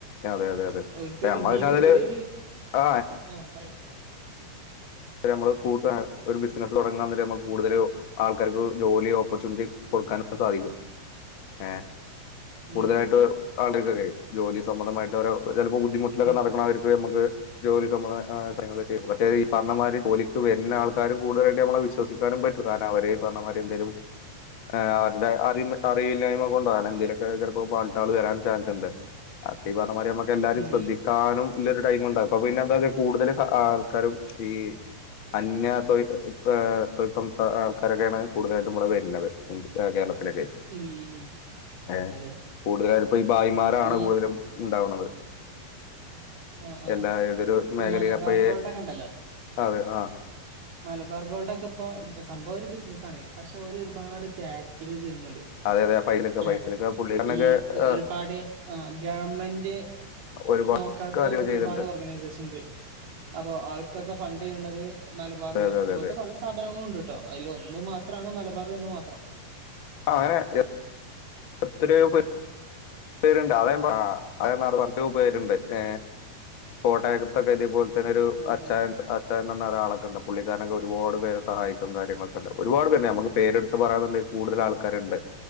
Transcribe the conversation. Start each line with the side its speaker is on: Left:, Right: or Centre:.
Left: അതെ അതെ അതെ
Right: ഓൽക്കൊരു
Left: നമ്മള
Right: ജീവം
Left: വെച്ചാ അതില്
Right: പുതിയൊരു
Left: ആ
Right: ആഹ് പറയൂ
Left: പ യമ്മള് കൂട്ടാ ഒരു ബസിനസ് തൊടങ്ങാനെര ഞമ്മക്ക് കൂടുതല് ആൾക്കാർക്ക് ജോലി ഓപ്പർച്യൂണിറ്റി കൊടുക്കാന് സാധിക്കും ഏഹ്
Right: ഉം
Left: കൂടുതലായിട്ട് <unintelligible> ജോലി സംബന്ധമായിട്ടൊരു ഉ ചെലപ്പൊ ബുദ്ധിമുട്ടിലൊക്കെ
Right: ഉം
Left: നടക്ക്ണായിരിക്കു ഞമ്മക്ക് ജോലി സംബന്ധ ആ കാര്യങ്ങളക്കെ ചെയും പക്ഷേ ഈ പർണമാരി ജോലിക്ക് വര്ണ ആൾക്കാര് കൂടുതലായിട്ട് നമ്മളെ വിശ്വസിക്കാനും പറ്റും കാരണം അവരീ പർണ മാരി എന്തേലും ആ അവരുടെ അറിമ് അറിയിവില്ലായ്മ കൊണ്ടാണ് എന്തേലൊക്കെ ചെലപ്പോ ഫോൾട്ടേള് വരാൻ ചാൻസ് ണ്ട് ബാക്കി പർ അ മാരി ഞമ്മക്കെല്ലാരിം
Right: ഉം
Left: ശ്രദ്ധിക്കാനും ള്ളൊരു ടൈമിണ്ടപ്പ പിന്നെ എന്താത് കൂടുതല് ത ആൾക്കാരും ഇയി അന്യ തൊഴി പ് എ ഉം ആ ആൾക്കാരെന്നേണ് കൂടുതലെൻ്റെ കൂടെ വര്ണത് ഉം എ കേരള ത്തിലൊക്കെയ്
Right: ഉം ഉം
Left: ഏ
Right: അതെ
Left: കൂടുതലായ്ട്ട് ഇപ്പോ ഈ ഭായിമാരാണ്
Right: ഈ
Left: കൂടുതലും ണ്ടാവ്‌ണ എർ
Right: ആ ആ
Left: എല്ലാ ഏതൊരു മേഖലി
Right: ഈ മലബാർ
Left: അപ്പെ
Right: ഗോൾഡൊക്കെ ഉണ്ടല്ലോ
Left: അതെ ആ
Right: മലബാർ ഗോൾടൊക്കെ പ്പൊ പ്പ സംഭവൊരു ബിസിനസ്സാണെയ് പക്ഷെ ഒരു ഒരുപാട് ചാരിറ്റികള് ചെയ്യ്ന്ന്ൺ
Left: അതെ അതെ ഫൈലൊക്കെ
Right: ല്ലെ
Left: ഫൈസലൊക്കെ പുള്ളിക്കാരനൊക്കെ
Right: ഈ എ
Left: ആ,
Right: ഒരുപാട് ആ ഗവൺമെന്റ്
Left: ഒരുപാട്
Right: നോക്കാത്ത
Left: കാര്യങ്ങൾ ചെയ്തിട്ടുണ്ട്
Right: ഒരുപാട് ഓർഗനൈസേഷൻണ്ട് അപ്പൊ അവർക്കൊക്കെ ഫണ്ട് യെന്ന മലബാറ്
Left: അതെ അതെ
Right: അതുപോൽത്തെ
Left: അതെ
Right: പല സ്ഥാപനങ്ങളു ഉണ്ട് ട്ടോ അയില് ഒന്ന് മാത്രാണ് മലബാറ് എന്ന് മാത്രം
Left: ആ <unintelligible> എത്രയോ പെ പേര്ണ്ട് അതേ മ്പ <inaudible> പേര്ണ്ട് ഏ കോട്ടയകത്തൊക്കെ തേപോൽ എന്നൊരു
Right: ഉം
Left: അച്ചായൻസ് അച്ചായൻ ന്നർഞ്ഞൊരാളൊക്കണ്ട് പുള്ളിക്കാര്നൊക്കെ ഒരുപാട് പേരെ സഹായിക്കും കാര്യങ്ങളൊക്കണ്ടാ ഒരുപാട് പേര്ണ്ട് നമ്മക്ക് പേര്ട്ത്ത് പറയാന്ന്ണ്ടെയ് കൂടുതൽ ആൾക്കാര്ണ്ട്